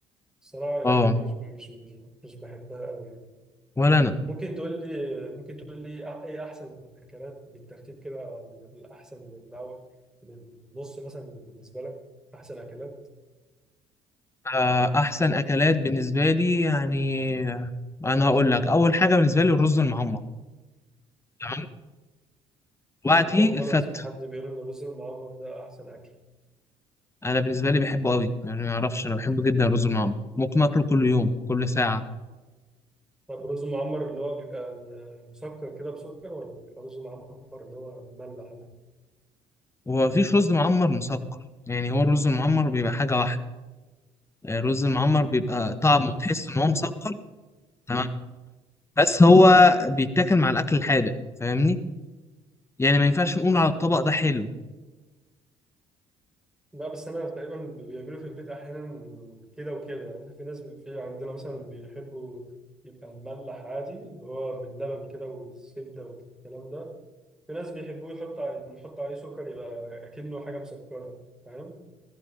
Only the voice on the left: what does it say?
اه
ولا انا
آه احسن اكلات بالنسبه لي يعني انا هقول لك اول حاجه بالنسبه لي الرز المعمر تمام وبعديه
الفت
انا بالنسبه لي بحبه قوي يعني ما اعرفش انا بحبه جدا الرز المعمر ممكن اكله كل يوم كل ساعه
ومفيش رز معمر مسكر يعني هو الرز المعمر بيبقى حاجه واحده الرز المعمر بيبقى طعمه تحس ان هو مسكر تمام بس هو بيتاكل مع الاكل الحادق فاهمني يعني ما ينفعش نقول
على الطبق
ده حلو